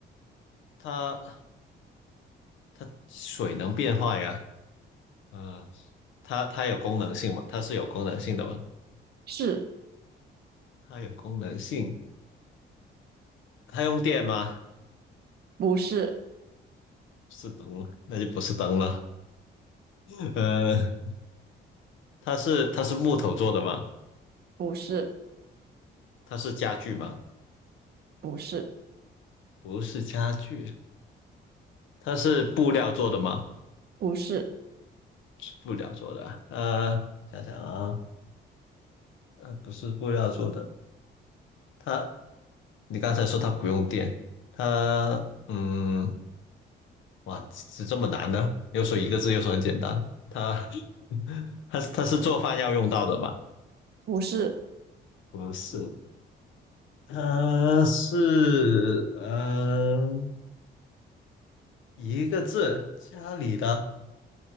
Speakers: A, on the left (about 75°); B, on the right (about 55°).
A: 它它水能变化呀。啊、它它有功能性吗？它是有功能性的吗？
B: 是
A: 它有功能性，它用电吗？
B: 不是
A: 是灯吗，那就不是灯了。<laughs> 呃，它是它是木头做的吗？
B: 不是
A: 它是家具吗？
B: 不是
A: 不是家具，它是布料做的吗？
B: 不是
A: 是布料做的啊。呃，想想啊，呃，不是布料做的。它，你刚才说它不用电，它，嗯，哇，是这么难呢？又说一个字，又说很简单。它，<laughs> 它它是做饭要用到的吗？
B: 不是
A: 不是，呃，是呃一个字，家里的，